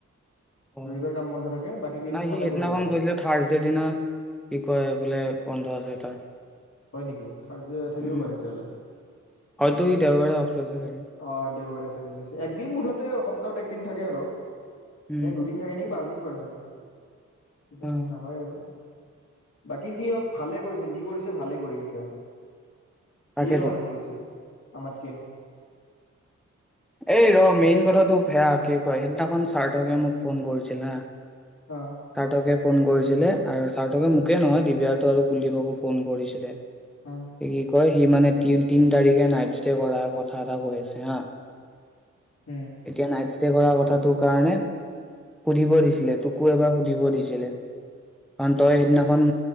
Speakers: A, in the centre; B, on the left (about 55°).
A: অ',
B: ৰবিবাৰ কাম বন্ধ থাকে বাকী কেইদিন
A: নাই
B: সদায়
A: সি সেইদিনাখন
B: কৰিব লাগে
A: কৈছিলে থাৰ্ছডে দিনা কি কয় বোলে বন্ধ আছে তাৰ
B: হয় নেকি, থাৰ্চদে থাকিব
A: উম
B: পাৰে তেতিয়াহলে
A: হয়তো সি দেওবাৰে অফ লৈছে চাগে
B: অ দেওবাৰে চাগে লাগছে একদিন মুঠতে <inaudible> তাত একদিন থাকে আৰু
A: উম
B: নে দুদিন থাকে নি পাঁচ দিন কৰে চাগে কিবা
A: অ
B: এটা হয় আৰু বাকী যি হক ভালে কৰিছে যি কৰিছে ভালে কৰি আছে সিয়ে
A: তাকেতো
B: ভাল কৰিছে আমাতকে
A: এই ৰ মেইন কথাটো সেয়া কি কয় সিদিনাখন চাৰ্থকে মোক ফোন কৰিছিল হা
B: অ
A: <unintelligible> ফোন কৰি ছিলে আৰু চাৰথকে মোকে নহয় দিবাৰ্থ আৰু কুলদ্বীপকো ফোন কৰিছিলে সি
B: অ
A: কি কয় সি মানে তি তিন তাৰিখে নাইট ষ্টে কৰাৰ কথা এটা কৈ আছে হা
B: উম
A: এতিয়া নাইটছ ষ্টে কৰা কথাটোৰ কাৰণে সুধিব দিছিলে তোকো এবাৰ সুধিব দিছিলে কাৰণ তই সেইদিনাখন